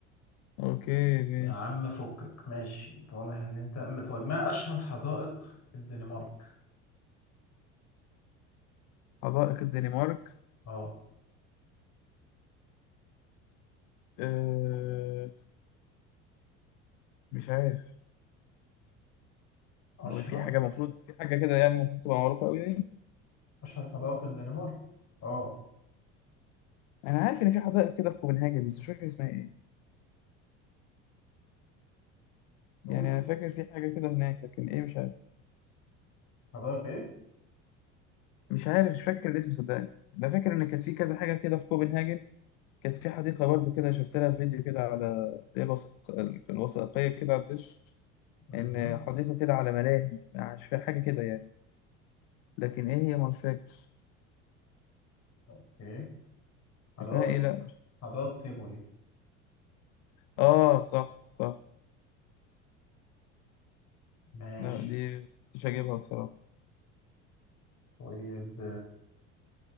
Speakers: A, on the left (about 60°); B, on the left (about 45°).
A: اوكي ماشي
B: يا عم فكك ماشي أنت واضح إن أنت م- طيب ما أشهر حدائق الدنمارك؟
A: حدائق الدنمارك
B: أه
A: أه مش عارف
B: أشهر
A: هو في حاجه المفروض في حاجه كده يعني المفروض تبقى معروفه قوي يعني
B: أشهر حدائق الدنمارك؟ أه
A: انا عارف ان في حدائق كده في كوبنهاجن بس مش فاكر اسمها ايه
B: شوف
A: يعني انا فاكر في حاجه كده هناك لكن ايه مش عارف
B: حدائق
A: مش عارف مش فاكر الاسم صدقني انا فاكر ان كانت في كذا حاجه كده في كوبنهاجن كانت في حديقة برضو كده شفت لها فيديو كده على اللي هي الوثائق- الوثائقية كده على الدش
B: إيه؟
A: إن حديقة كده على ملاهي مش فاكر حاجة كده يعني لكن إيه هي مش فاكر
B: اوكي حدائق
A: اسمها إيه لأ
B: حدائق تيفولي
A: آه صح صح
B: ماشي
A: لا دي مش هجيبها بصراحة
B: طيب